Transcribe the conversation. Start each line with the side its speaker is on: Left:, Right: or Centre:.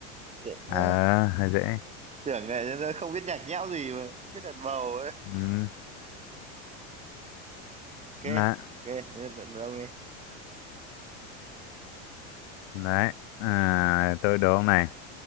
Right: dễ quá
Left: à hơi dễ
Right: tưởng này nó không biết nhạc nhẽo gì mà biết đàn bầu ấy
Left: ừ,
Right: ok
Left: là
Right: ok đâu đi
Left: đấy à, tôi đố ông này